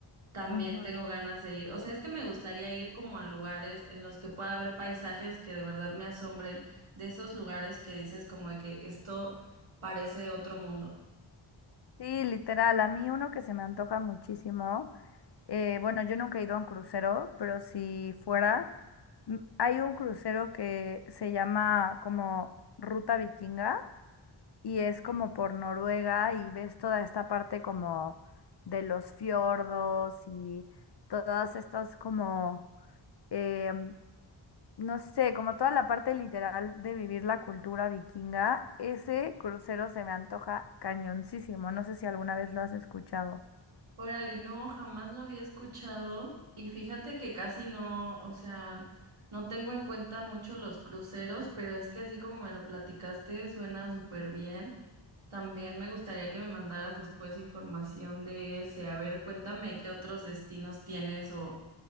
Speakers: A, on the right; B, on the left.
A: También
B: Ujú.
A: tengo ganas de ir. O sea, es que me gustaría ir como a lugares en los que pueda haber paisajes que de verdad me asombren, de esos lugares que dices como de que esto parece otro mundo.
B: Sí, literal, a mí uno que se me antoja muchísimo. Eh, bueno, yo nunca he ido a un crucero, pero si fuera, m- hay un crucero que se llama como Ruta Vikinga y es como por Noruega y ves toda esta parte como de los fiordos y todas estas como, em, no sé, como toda la parte literal de vivir la cultura vikinga. Ese crucero se me antoja cañoncísimo. No sé si alguna vez lo has escuchado.
A: Órale, no, jamás lo había escuchado y fíjate que casi no, o sea, no tengo en cuenta mucho los cruceros, pero es que así como me lo platicaste suena súper bien. También me gustaría que me mandaras después información de ese. A ver, cuéntame qué otros destinos tienes o...